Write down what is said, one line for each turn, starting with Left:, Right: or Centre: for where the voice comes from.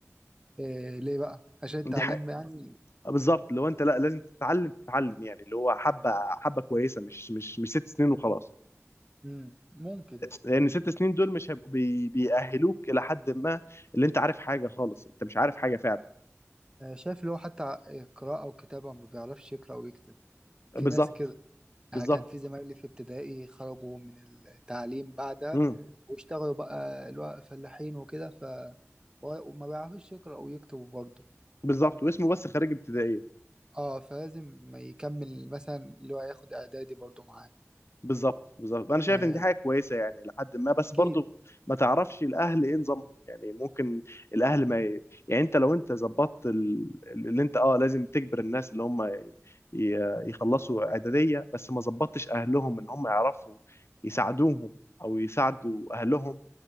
Right: إيه ليه بقى عشان التعليم
Left: دي حاجه
Right: يعني
Left: آه، بالظبط لو انت لا لازم تتعلم تتعلم يعني اللي هو حبه حبه كويسه مش مش مش ست سنين وخلاص
Right: مم، ممكن
Left: لان ست سنين دول مش هيبقوا بي- بيأهلوك الى حد ما اللي انت عارف حاجه خالص انت مش عارف حاجه فعلا
Right: آه، شايف اللي هو حتى قراءة وكتابة ما بيعرفش يقرأ ويكتب
Left: بالظبط
Right: في ناس كده
Left: بالظبط
Right: يعني كان في زمايلي في ابتدائي خرجوا من التعليم بعدها
Left: امم
Right: واشتغلوا بقى اللي هو فلاحين وكده ف وما بيعرفوش يقرأوا ويكتبوا برضه
Left: بالظبط واسمه بس خريج ابتدائيه
Right: اه فلازم ما يكمل مثلا اللي هو ياخد اعدادي برضو معاه
Left: بالظبط بالظبط انا شايف
Right: آه،
Left: ان دي حاجه كويسه يعني لحد ما بس
Right: اكيد
Left: برضو ما تعرفش الاهل ايه نظامهم يعني ممكن الاهل ما ي... يعني انت لو انت ظبطت ال- اللي انت اه لازم تجبر الناس اللي هم ي... ي- يخلصوا اعداديه بس ما ظبطتش اهلهم ان هم يعرفوا يساعدوهم او يساعدوا اهلهم